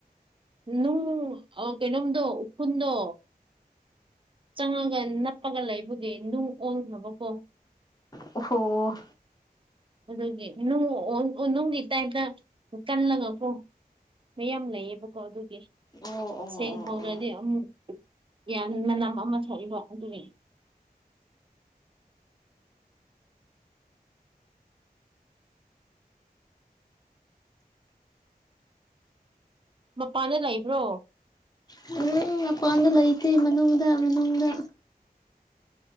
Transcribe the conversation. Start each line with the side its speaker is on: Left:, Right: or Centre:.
Right: ꯅꯨꯡ ꯀꯩꯅꯣꯝꯗꯣ ꯎꯈꯨꯟꯗꯣ ꯆꯪꯉꯒ ꯅꯞꯄꯒ ꯂꯩꯕꯒꯤ ꯅꯨꯡ ꯑꯣꯟꯈ꯭ꯔꯕꯀꯣ
Left: ꯑꯣ ꯍꯣ
Right: ꯑꯗꯨꯒꯤ ꯅꯨꯡꯒꯤ ꯇꯥꯏꯞꯇ ꯀꯜꯂꯒꯀꯣ ꯃꯌꯥꯝ ꯂꯩꯌꯦꯕꯀꯣ ꯑꯗꯨꯒꯤ
Left: ꯑꯣ ꯑꯣ
Right: ꯁꯦꯡ
Left: ꯑꯣ
Right: ꯍꯧꯗ꯭ꯔꯗꯤ
Left: ꯑꯣ
Right: ꯑꯗꯨꯝ ꯒ꯭ꯌꯥꯟ ꯃꯅꯝ ꯑꯃ ꯊꯣꯛꯏꯕꯣ ꯑꯗꯨꯅꯤ ꯃꯄꯥꯟꯗ ꯂꯩꯕ꯭ꯔꯣ
Left: ꯎꯝ ꯃꯄꯥꯟꯗ ꯂꯩꯇꯦ ꯃꯅꯨꯡꯗ ꯃꯅꯨꯡꯗ